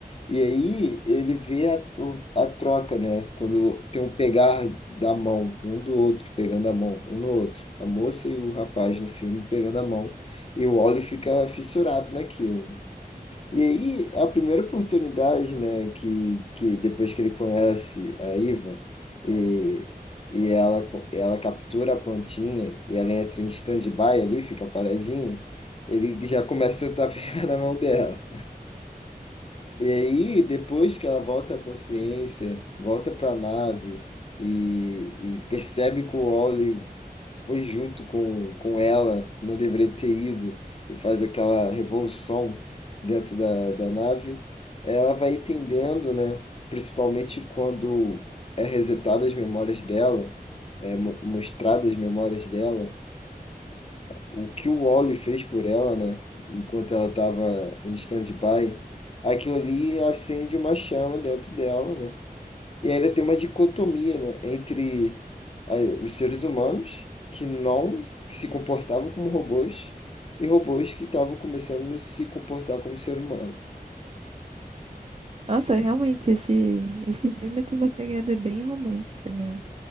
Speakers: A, on the left (about 40°); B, on the right (about 40°).
A: E aí ele vê a, o- a troca, né, quando tem um pegar da mão, um do outro pegando a mão, um no outro, a moça e o rapaz no filme pegando a mão, e o Waller fica fissurado naquilo. E aí, a primeira oportunidade, né, que, que depois que ele conhece a Iva, e, e ela, co- ela captura a plantinha, e ela entra em stand-by ali, fica paradinha, ele já começa a tentar <laughs> pegar na mão dela. E aí, depois que ela volta à consciência, volta para a nave e, e percebe que o Wally foi junto com, com ela, não deveria ter ido, e faz aquela revolução dentro da, da nave, ela vai entendendo, né? Principalmente quando é resetada as memórias dela, é mo- mostrada as memórias dela o que o Wally fez por ela, né? Enquanto ela estava em stand-by, aquilo ali acende uma chama dentro dela, né? E ainda tem uma dicotomia, né? Entre ah, os seres humanos que não que se comportavam como robôs e robôs que estavam começando a se comportar como ser humano.
B: Nossa, realmente, esse, esse filme tem uma pegada bem romântica, né?